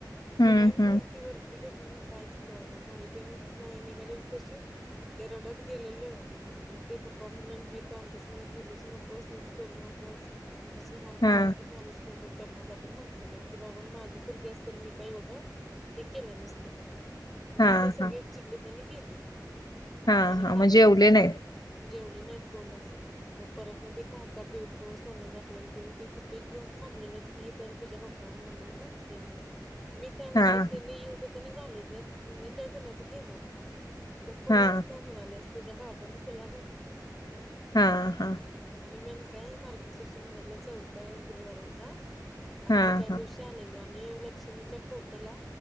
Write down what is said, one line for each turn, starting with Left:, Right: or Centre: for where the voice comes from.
Left: हं,
Centre: तें रँक
Left: हं.
Centre: वरती वरती घेतलं ना कायच.. का ना मग् मी ते निघाले तशीच ते रडत गेलेलं... आणि ते पप्पा म्हणलं हे तू आमच्या सग बोलूच नकोस हेच करू नकोस.. म्हणजे ह्या गावातील
Left: हां,
Centre: माणूस कोणत त्यांना का तर म्हटलेले. की बाबा माझी पोरगी अस तर मी काही एढं हे केलं नसतं म्हणून. म्हणून
Left: हां,
Centre: ते सगळी
Left: हां,
Centre: चिडलीत आणि गेलीत
Left: हां,
Centre: आणि
Left: हां.
Centre: काकांची
Left: मग जेवले
Centre: तर
Left: नाहीत.
Centre: जेवले नाहीत कोणच. परत ना ते काका दीड तोल सोन घातलेल ते तिथे घेऊन थांबलेलं की दर तझ्या पप्पा पप्पा न मम्मीनें घातलेल मी काय
Left: हां,
Centre: म्हणलं तेनी येउदेत घालू द मी काही कुणाचं घेणार नाही तर कुणाच
Left: हां,
Centre: काय म्हणालिस... तुझ्या बापाने तुला घातले.
Left: हा हा.
Centre: आणि मेन काय मार्गषिश महिन्यातला चौथा गुरुवार होता आणि
Left: हां,
Centre: मी काय?
Left: हां,
Centre: च्या नेलेलो आणि लक्ष्मीच्या फोटोला...